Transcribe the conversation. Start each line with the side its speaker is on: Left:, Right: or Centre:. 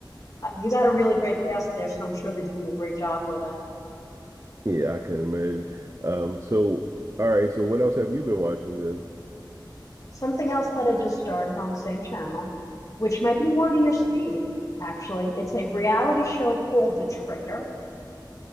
Left: uh, you got a really great cast there, so I'm sure they're doing a great job with it.
Right: Yeah, I can imagine. Um, so all right, so what else have you been watching? The
Left: Something else that I just started on the same channel, which might be more to your speed, actually. It's a reality show called The Traitor,